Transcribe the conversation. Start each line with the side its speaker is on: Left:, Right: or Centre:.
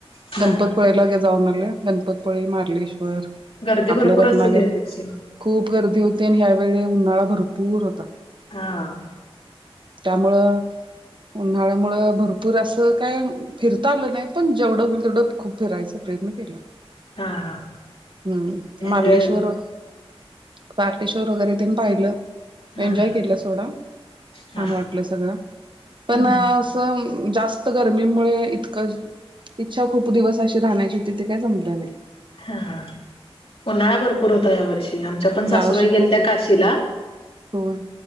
Left: हा
Right: गणपत
Left: हा
Right: पूळ्याला जाऊन आले. गणपतीपुळे, मारलेश्वर.
Left: गर्दी
Right: आपलं
Left: भरपूर
Right: रत्नागिरी
Left: असेल या वर्षी.
Right: खूप गर्दी होती. आणि ह्यावेळी उन्हाळा भरपूर होता.
Left: हां.
Right: त्यामुळं उन्हाळ मुळं भरपूर असं काय फिरता आलं नाय. पण जेवढं होईल तेवढं खूप फिरायचा प्रयत्न केला.
Left: हा हा
Right: हम्म, मार्लेश्वर
Left: एन्जॉय झाला.
Right: पार्टेश्वर वगैरे तेन पाहिलं
Left: हा
Right: एन्जॉय
Left: हा
Right: केलं सोडा,
Left: हा
Right: छान वाटलं सगळं पण
Left: हम्म
Right: तम जास्त गरमीमुळे इतकं इच्छा खूप दिवस अशी राहण्याची होती ते काय जमलं नाय.
Left: हा हा, उन्हाळा भरपूर होता या वर्षी ते आमच्या पण
Right: ह्या
Left: सासूबाई
Right: वर्षी
Left: गेलत्या
Right: खूप
Left: काशीला
Right: होय